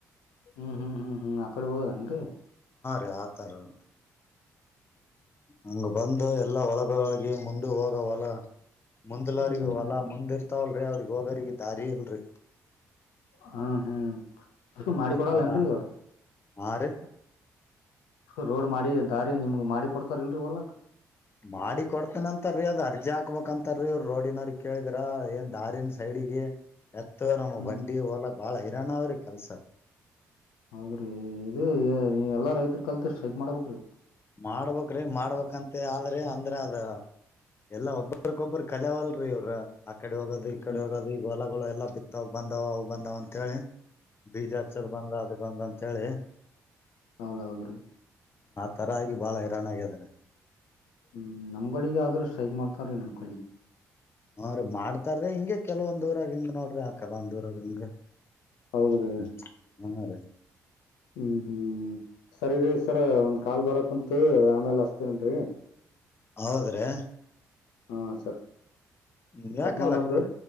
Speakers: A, on the left; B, on the left.
A: ಹ್ಮ್ ಹ್ಮ್ ಹ್ಮ್ ಹ್ಮ್ ಅಕ್ಕಡೆ ಹೋಗಿದೆ ಏನ್ರಿ.
B: ೆ ಆತರ <unintelligible> <inaudible> ಹಂಗ ಬಂದು ಎಲ್ಲಾ ಹೊಲಗೋಳಿಗಿ. ಮುಂದ ಹೋದ ಹೊಲ. ಮುಂದಲ
A: ಹ್ಮ್
B: ಅವ್ರಗ ಹೊಲ
A: ಹ್ಮ್
B: ಮುಂದ್ ಇರ್ತಾವಲ್ರೀ ಅವ್ರಿಗೆ ಹೋಗರಿಗೆ ದಾರಿ ಇಲ್ರಿ
A: ಹ್ಮ ಹ್ಮ್ ಅ ಮಾಡಿ
B: ಆತರ
A: ಕೊಡಲ್ಲನ್ರಿೀ ಈಗ ಅವರು
B: ಹಾ ರ
A: ರೋಡ್ ಮಾಡಿ ದಾರಿ ನಿಮ್ ಮಾಡಿ ಕೊಡ್ತಾರ ಇಲ್ರರಿ ಹೊಲಕ
B: ಮಾಡಿ ಕೊಡ್ತನಂತರೀ ಅದ ಅರ್ಜಿ ಹಾಕ್ಬೇಕಕ್ಂತ ರಿ ಇವರು ರೋಡಿನವ್ರ ಕೇಳಿದ್ರ ಏನ್ ದಾರನ್ ಸೈಡಗೆ ಎತ್ತು ನಮ್ಮ್
A: ಹ್ಮ್
B: ಬಂಡಿ ಹೋಲಕ್ ಬಾಳ ಎರಣಾವರ ಕೆಲಸ
A: ಹೌದ್ರಿ ಇದು ನೀ ಎಲ್ಲಾ ರೈತರ ಕಲ್ತ್ ಸ್ಟ್ರೈಕ್ ಮಾಡ್ಬೇಕ ರೀ
B: ಮಾಡ್ಬ್ರಿ ಮಾಡ್ಬೇಕಂತ ಆದ್ರಿ ಅಂದ್ರ ಅದ ಎಲ್ಲಾ ಒಬ್ರಕೊಬ್ಬ್ರ ಕರೆವಲರ್ ರೀ ಇವರು ಈ ಕಡೆ ಹೋಗೋದು ಈ ಕಡೆ
A: ಹ್ಮ್
B: ಹೋಗೋದು ಈಗ ಹೊಲಗಳು ಎಲ್ಲ ಬಿತ್ತದ ತಾಗ ಬಂದಾವ ಅವು ಬಂದಾವ ಅಂತ ಹೇಳಿ ಬೀಜ ಹಚ್ಚದ ಬಂದ ಅದು ಬಂದಂತ ಕಾಳೆ
A: ಹೌದೌಹೌದು ರೀ
B: ತರಗಿ ಬಾಳ ಹೈರಾಣಾಗಿದ್ದಾರೆ
A: ಹ್ಮ್ ನಮ್ ಕಡೆಗೆ ಆದ್ರೂ ಸ್ಟ್ರೈಕ್ ಮಾಡ್ತಾರೀ ನಮ್ ಕಡೆಗೆ
B: ಹ ರೀ ಮಾಡ್ತಾರೀ ಹಿಂಗೆ ಕೆಲವಂದ್ ಊರಾಗ ಹಿಂಗ್ ನೋಡ್ರಿ ಆ ಕೆಲವಂದ್ ಊರಾಗ ಹಿಂಗ್
A: ಹೌದ್ರಿ
B: ಹ ಹಾ ರೀ
A: ಹ್ಮ್ ಹ್ಮ್ ಸರಿ ರೀ ಸರ್ ಒಂದ್ ಕಾಲ್ ಬರಕ್ ಕುಂತ ಆಮೇಲ್ ಹಸ್ತನರಿ.
B: ಹೌದ್ರೆ
A: ಹಾ ಸರ್
B: ಹ್ಮ ಯಾಕಲ್ಲಗ್ತ
A: ಕಟ್ ಮಾಡಮ್ರಿ